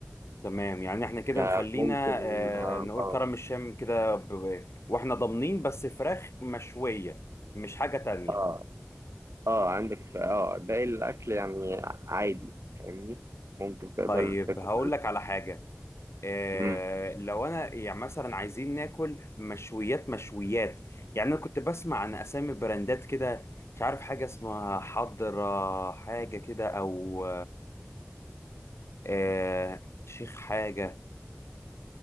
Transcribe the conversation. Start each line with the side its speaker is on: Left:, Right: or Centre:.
Left: تمام يعني احنا كده
Right: يعني
Left: نخلينا
Right: ممكن
Left: آه، نقول
Right: اه
Left: كرم الشام كده ب- ب- واحنا ضامنين بس فراخ مشوية مش حاجة تانية
Right: آه. اه عندك اه باقي الاكل يعني عادي فاهمني ممكن تقدر
Left: طيب
Right: تاكل
Left: هقول لك على حاجة آه،
Right: مم.
Left: لو انا يعني مثلا عايزين ناكل مشويات مشويات يعني انا كنت بسمع عن اسامي براندات كده مش عارف حاجة اسمها حضرة حاجة كده او آه شيخ حاجة